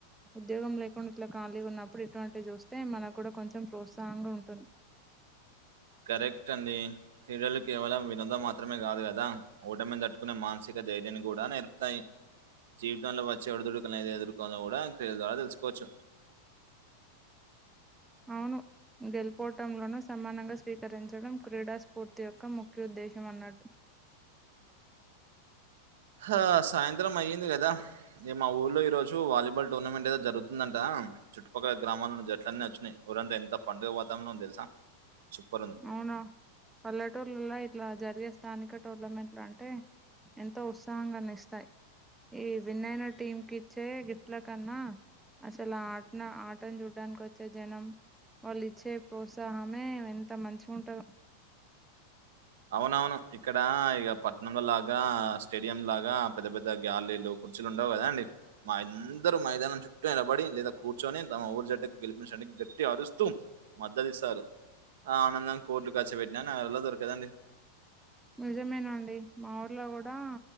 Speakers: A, in the centre; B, on the right (about 55°).
A: ఉద్యోగం లేకుండా ఇట్ల ఖాళీగా ఉన్నప్పుడు ఇటువంటియి చూస్తే మనకు కూడా కొంచెం ప్రోత్సాహంగా ఉంటుంది
B: కరెక్ట్ అండి క్రీడలు కేవలం వినోదం మాత్రమే కాదు గద ఓటమిని తట్టుకునే మాన్సిక ధైర్యాన్ని కూడా నేర్పుతాయి జీవితంలో వచ్చే ఒడిదుడుకులు అనేది ఎదురుకోవాల్నో కూడ క్రీడల ద్వారా తెసుకోవచ్చు.
A: అవును గెలుపోటములను సమానంగా స్వీకరించడం క్రీడా స్ఫూర్తి యొక్క ముఖ్య ఉద్దేశం అన్నట్
B: ఆ సాయంత్రం అయ్యింది కదా ఏ మా ఊర్లో ఈ రోజు వాలీబాల్ టోర్నమెంట్ ఏదో జరుగుతుందంట చుట్టుపక్కల గ్రామాల నుంచి జట్లన్నీ వచ్చినాయి ఊరంతా ఎంత పండుగ వాతావరణం తెలుసా సూపరుంది.
A: అవునా పల్లెటూర్లలో ఇట్లా జరిగే స్థానిక టోర్నమెంట్లు అంటే ఎంతో ఉత్సాహంగాన్నీ ఇస్తాయి ఈ విన్నైన టీం కి ఇచ్చే గిఫ్ట్ల కన్నా అసలు ఆ ఆటన ఆటను చూడ్డానికి వచ్చే జనం వాళ్ళు ఇచ్చే ప్రోత్సాహమే ఎంత మంచిగా ఉంటదో
B: అవునవును ఇక్కడ ఇక పట్నం లో లాగా స్టేడియం లాగా పెద్ద పెద్ద గ్యాలరీలు కుర్చీలు ఉండవు కదా అండి మా అందరూ మైదానం చుట్టూ నిలబడి లేదా కూర్చొని తమ ఊరి జట్కు గెలిపించ గట్టిగా ఆరుస్తూ మద్దతు ఇస్తారు ఆ ఆనందాం కోట్లు ఖర్చు పెట్టిన <unintelligible> దొరకదండి
A: నిజమేనండి మా ఊర్లో కూడా